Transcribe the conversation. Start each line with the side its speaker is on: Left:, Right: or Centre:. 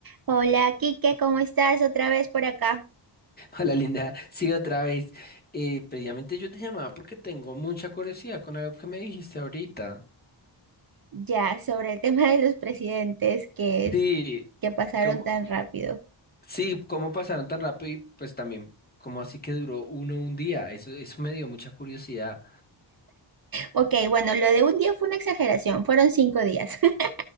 Right: Hola, Kike, ¿cómo estás? Otra vez por acá.
Left: Hola Linda, sí otra vez. Eh, previamente yo te llamaba porque tengo mucha curiosidad con algo que me dijiste ahorita.
Right: Ya, sobre el tema de los presidentes que es
Left: Sí,
Right: que pasaron
Left: como,
Right: tan rápido.
Left: sí, cómo pasaron tan rápido y pues también cómo así que duró uno un día. Eso, eso me dio mucha curiosidad.
Right: Ok, bueno, lo de un día fue una exageración, fueron cinco días. <laughs>